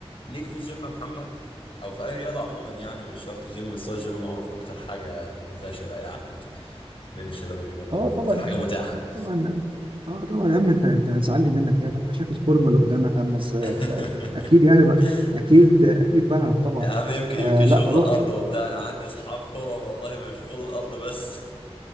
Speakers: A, on the left; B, on the right.
A: ليك في الجيم يا محمد او في اي رياضه عموما يعني مش شرط الجيم بس هو الجيم معروف اكتر حاجه منتشره يعني بين الشباب اليومين دول
B: اه طبعا
A: اكتر حاجه متاحه
B: اه طبعا اه طبعا يا عم انت انت هتزعلني منك يا عم انت شايف الفورمه اللي قدامك عامله ازاي
A: <laughs>
B: يعني بقى اكيد يعني بقى اكيد اكيد بلعب طبعا
A: يا عم يمكن يمكن
B: آه
A: شغل
B: لا بروح
A: الارض وبتاع انا عندي اصحاب فورم والله بشغل الارض بس